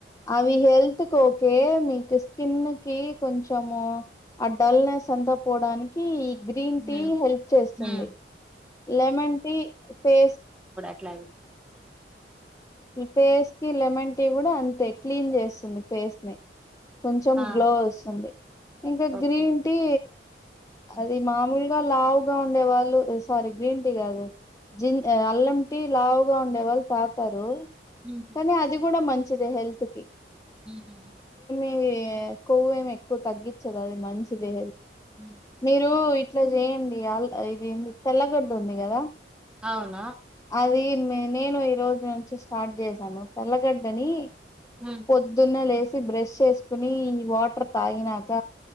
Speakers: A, on the left; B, in the centre.
A: అవి హెల్త్ కి ఓకే మీకు స్కిన్ కి కొంచెం ఇష్టము డల్ నెస్ అంతా పోవడానికి గ్రీన్
B: హ్మ్.
A: టీ హెల్ప్ చేస్తుంది
B: హ్మ్.
A: లెమన్ టీ ఫేస్
B: ఇట్లాగే
A: ఈ ఫేస్ కి లెమన్ టీ కూడా అంతే క్లీన్ చేస్తుంది ఫేస్ ని. కొంచెం
B: ఆ!
A: గ్లో వస్తుంది ఇంకా
B: ఓకే.
A: గ్రీన్ టీ
B: హ్మ్.
A: అది మామూలు ఇంకా లావుగా ఉండే వాళ్లు సారీ గ్రీన్ టీ కాదు జీ అల్లం టీ లావ్ గా ఉండే వాళ్ళు తాతారు.
B: హుహు.
A: కానీ అది కూడా మంచి ఇది హెల్త్ కి
B: ఊహు
A: ఇవి కొవ్వు ఏమి ఎక్కువ తగ్గించదు అది మంచిదే
B: హ్మ్.
A: మీరు ఇట్లా చేయండి అ ఇది ఏందిది తెల్లగడ్డ ఉంది కదా.
B: అవునా
A: అది నేను నేను ఈ రోజు నుంచి స్టార్ట్ చేశాను తెల్లగడ్డని.
B: హ్మ్.
A: పొద్దున్నే లేస్ బ్రష్ చేసుకుని ఇవి వాటర్ తాగినాక